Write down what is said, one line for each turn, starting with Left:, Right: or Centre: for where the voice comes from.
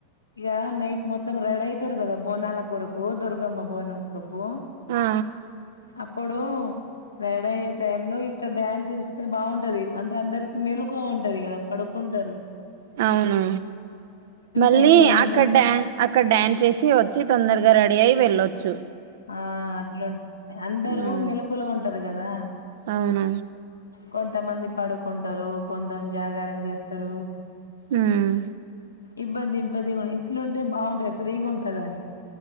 Left: ఇగ నైట్ మొత్తం రెడీ అయితారు కదా బోనాల కొరకు దుర్గమ్మ బోనం కొరకు
Right: ఆ
Left: అ ఇప్పుడు రెడి అయ్యే టైం లో ఇక్కడ డ్యాన్స్ చేస్తే బాగుం ఉంటది అంటే అందరికి మేలుకువ ఉంటది కదా పడుకుంటరు
Right: అవును మళ్ళీ
Left: కొంచెం ఇబ్బంది
Right: అక్కడ డ్యాన్ అక్కడ డాన్స్ చేసి వచ్చి తొందరగా రెడీ అయి వెళ్ళొచ్చు
Left: ఆ అట్లుంట్ అందరూ
Right: ఉమ్
Left: మెలుకువ లో టరు కదా
Right: అవును
Left: కొంతమంది పడుకుంటరు కొంత జాగారం చేస్తారు
Right: ఉహ్
Left: ఇబ్బంది ఇబ్బంది ఎట్లుంటే బాగుంటది ఫ్రీగుంటదని